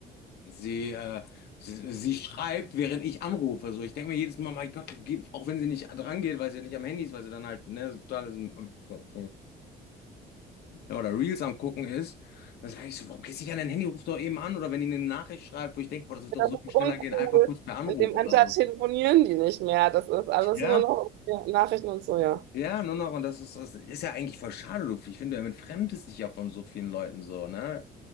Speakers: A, on the left; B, on the right.
A: sie, äh, sie, sie schreibt, während ich anrufe. So, ich denke mir jedes Mal, mein Gott, gib- auch wenn sie nicht dran geht, weil sie ja nicht am Handy ist, weil sie dann halt, ne, total so, oder Reels am gucken ist, dann sage ich so, warum gehst du nicht an dein Handy, ruf doch eben an oder wenn die eine Nachricht schreibt, wo ich denke, boah, das wird doch
B: Das
A: so
B: ist
A: viel schneller
B: uncool.
A: gehen, einfach kurz per Anruf
B: In dem
A: oder
B: Alter
A: so.
B: telefonieren die nicht mehr. Das ist alles
A: Ja,
B: nur noch ja, Nachrichten und so, ja.
A: ja, nur noch und das ist, das ist ja eigentlich voll schade, du. Ich finde, du entfremdest dich ja von so vielen Leuten so, ne?